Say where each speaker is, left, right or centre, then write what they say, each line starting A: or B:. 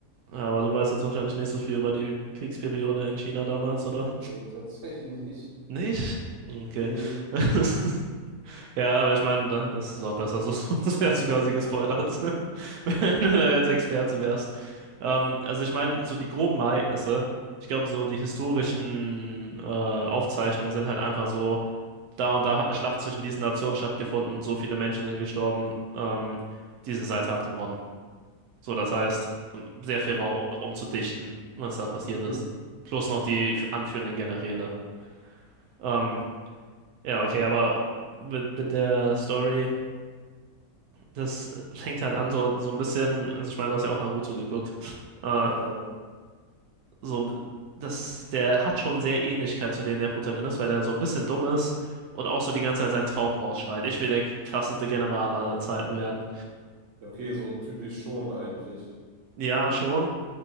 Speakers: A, on the right (about 85°); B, on the right (about 60°).
A: Ja, aber du weißt jetzt wahrscheinlich nicht so viel über die Kriegsperiode in China damals, oder?
B: Nee, <laughs> tatsächlich nicht.
A: Nicht? Okay.
B: Nee.
A: <laughs> Ja, aber ich meine, da, das ist auch besser, so, <laughs> sonst wärst du quasi
B: Ja,
A: gespoilert,
B: okay.
A: <laughs> wenn
B: Alter.
A: du da jetzt Experte wärst. Ähm, also ich meine, so die groben Ereignisse, ich glaube, so die historischen äh, Aufzeichnungen sind halt einfach so, da und da hat eine Schlacht zwischen diesen Nationen stattgefunden, so viele Menschen sind gestorben, ähm, diese Seite hat gewonnen. So, das heißt, ähm, sehr viel
B: Okay.
A: Raum, um, um zu dichten, was da passiert
B: Mhm.
A: ist. Plus noch die anführenden Generäle. Ähm, ja, okay, aber mit, mit der Story, das fängt halt an, so, so ein bisschen, also ich meine, du hast ja auch Naruto geguckt. <laughs> Äh,
B: Ja, klar.
A: so, das, der hat schon sehr Ähnlichkeit zu dem der Protagonist, weil der so ein bisschen dumm ist und auch so die ganze Zeit seinen Traum rausschreit. Ich will der krasseste General aller Zeiten werden.
B: Ja, okay, so typisch schon eigentlich.
A: Ja, schon,